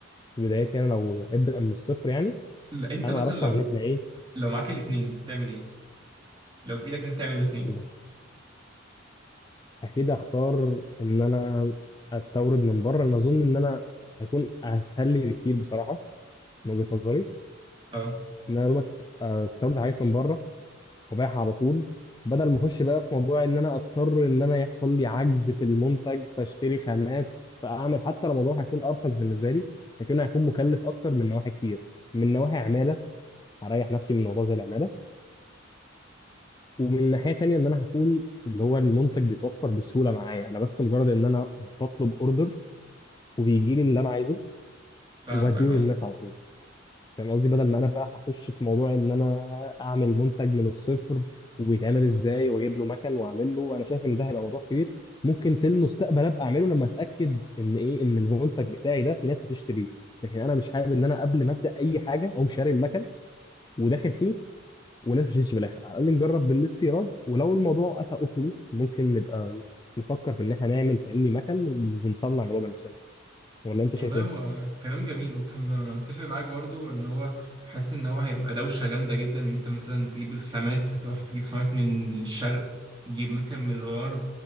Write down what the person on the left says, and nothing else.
بداياتي أنا لو هبدأ من الصفر يعني
أنا
أرشح
إن إحنا
إيه اكيد اختار ان انا استورد من بره انا اظن ان انا هيكون اسهل لي بكتير بصراحه من وجهه نظري
ان انا يا دوبك استورد حاجات من بره وابيعها على طول بدل ما اخش بقى في موضوع ان انا اضطر ان انا يحصل لي عجز في المنتج فاشتري خامات فاعمل حتى لو الموضوع هيكون ارخص بالنسبه لي لكنه هيكون مكلف اكتر من نواحي كتير من نواحي عماله هريح نفسي من موضوع زي العماله ومن ناحيه تانيه ان انا هكون اللي هو المنتج بيتوفر بسهوله معايا انا بس مجرد ان انا بطلب اوردر وبيجي لي اللي انا عايزه
وبديله
للناس على طول فاهم قصدي بدل ما انا بقى هخش في موضوع ان انا اعمل منتج من الصفر وبيتعمل ازاي واجيب له مكن واعمل له انا شايف ان ده هيبقى موضوع كبير ممكن في المستقبل ابقى اعمله لما اتاكد ان ايه ان المنتج بتاعي ده في ناس هتشتريه لكن انا مش حابب ان انا قبل ما ابدا اي حاجه اقوم شاري المكن وداخل فيه وناس ما تشتريش في الاخر على الاقل نجرب بالاستيراد ولو الموضوع اتى اكله ممكن نبقى نفكر في ان احنا نعمل فاهمني مكن ونصنع الموضوع بنفسنا ولا انت
شايف ايه؟